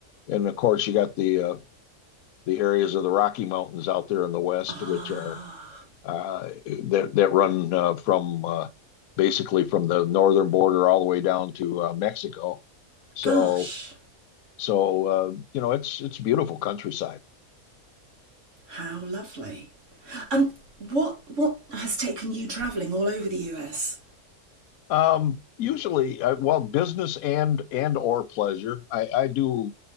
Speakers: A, on the left (about 85°); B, on the right (about 60°).
A: and of course you got the uh, the areas of the Rocky Mountains out there in the west,
B: Ah,
A: which are uh, that that run uh, from uh, basically from the northern border all the way down to uh, Mexico. So
B: gosh.
A: so uh, you know it's it's beautiful countryside.
B: How lovely. And what what has taken you travelling all over the US?
A: Um, usually, uh, well, business and and or pleasure. I I do